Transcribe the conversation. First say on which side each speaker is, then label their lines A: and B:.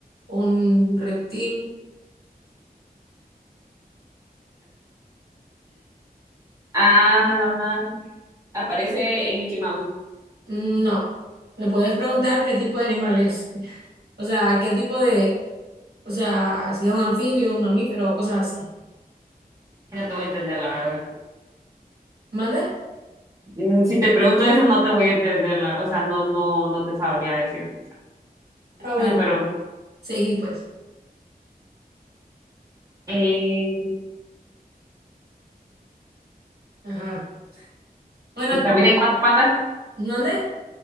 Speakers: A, on the right; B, on the right.
A: un reptil.
B: ah, no, no, no. Aparece en Mickey Mouse.
A: No. Me puedes preguntar qué tipo de animal es. O sea, qué tipo de, o sea, si es un anfibio, un mamífero o cosas así.
B: No te voy a entender, la verdad.
A: ¿Mande?
B: Mm, Si te pregunto eso, no te voy a entender. la- O sea, no, no, no te sabría decir.
A: Ah, bueno.
B: Bueno, pero
A: Seguí pues.
B: eh,
A: Ajá. Bueno,
B: ¿camina en cuatro patas?
A: ¿mande?